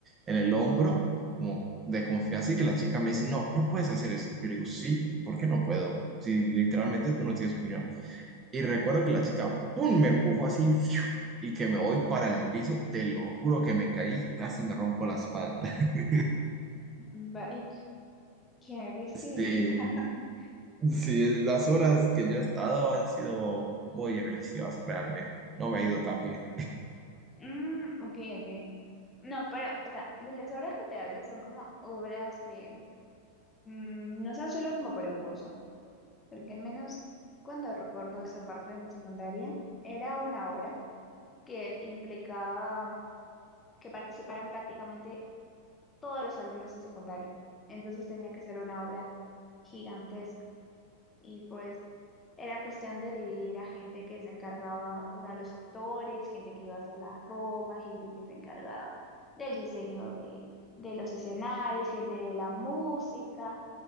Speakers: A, on the right (about 20°); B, on the left (about 15°).
A: en el hombro como de confianza y que la chica me dice, no, no puedes hacer eso. Yo le digo, sí, ¿por qué no puedo? Si literalmente tú no tienes opinión. Y recuerdo que la chica, ¡pum!, me empujó así ¡fiu! y que me voy para el piso, te lo juro que me caí, casi me rompo la espalda. <laughs>
B: Vaya, ¿qué decir?
A: Sí.
B: <laughs>
A: Sí, las horas que yo he estado han sido muy agresivas realmente. No me ha ido tan bien.
B: Mm, ok, ok. No, pero, o sea, de las obras que te hablo son como obras que mm, no son solo como para un curso, porque al menos cuando recuerdo esa parte de la secundaria, era una obra que implicaba que participaran prácticamente todos los alumnos de secundaria. Entonces tenía que ser una obra gigantesca. y pues era cuestión de dividir a gente que se encargaba, o sea, los actores, gente que iba a hacer la ropa, gente que se encargaba del diseño de, de los escenarios, gente de la música,